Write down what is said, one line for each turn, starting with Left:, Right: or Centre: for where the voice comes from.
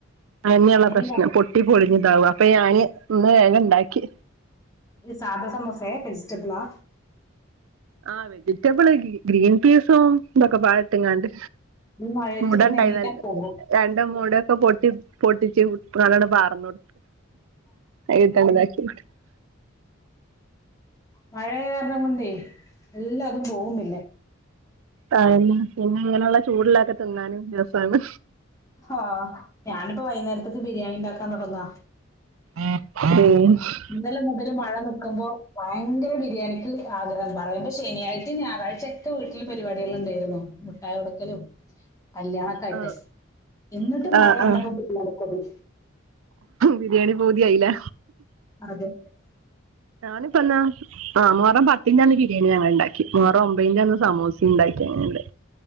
Right: അതെന്നെ ഉള്ള
Left: അങ്ങനിം
Right: പ്രശ്നം. പൊട്ടി പൊളിഞ്ഞതാവും അപ്പൊ ഞാന് ഇന്ന് വേഗം ഉണ്ടാക്കി.
Left: ഈ സദാ സമൂസാ വെജിറ്റബ്ളാ.
Right: ആഹ് വെജിറ്റബ്ൾസ് ഗ്രീൻ പീസും ഇതൊക്കെ പാടെ ഇട്ടുങ്ങോട്.
Left: ഈ മഴയത്ത്
Right: മുടണ്ടായിരുന്നു
Left: പിന്നെ എല്ലാം
Right: നല്ല.
Left: പോകും.
Right: രണ്ട് കൂടെ ഒക്കെ പൊട്ടി പൊട്ടിച്ചു അതങ്ങോട്ട് പാറുന്നു. അയിട്ടണ്താക്കി
Left: മഴേയ കാരണം കൊണ്ടേ എല്ലാതും പോകു പിന്നെ
Right: ആ പിന്നെ ഇങ്ങനെയുള്ള ചൂടള്ളൊക്കെ തിന്നാനും രസാണ്
Left: ആ ഞാനിപ്പോ വൈകുന്നേരത്തേക്ക് ബിരിയാണി ഉണ്ടാക്കാൻ തുടങ്ങാ
Right: ഏഹ്
Left: ഇന്നലെ മുതല് മഴ നിക്കുമ്പോ ഭയങ്കര ബിരിയാണിക്ക് ആഗ്രഹം പറയുമ്പോ ശനിയാഴ്ച ഞായറാഴ്ചയൊക്കെ വീട്ടില് പരിപാടികൾ ഉണ്ടായിരുന്നു മുട്ടായി കൊടുക്കലും കല്യാണൊക്കായിട്ടെ
Right: ആ
Left: എന്നിട്ടും
Right: ആ ആ
Left: മഴ കണ്ടപ്പോ
Right: ആ
Left: ബിരിയാണി കൊതി
Right: ബിരിയാണി പൂതിയായില്ലെ
Left: അതെ
Right: ഞാനിപ്പെന്ന ആ മുഹറം പത്തിന്റെ അന്ന് ബിരിയാണി ഞങ്ങൾ ഉണ്ടാക്കി മുഹറം ഒമ്പതിന്റെ അന്ന് സമൂസ ഉണ്ടാക്കി അങ്ങണ്ട്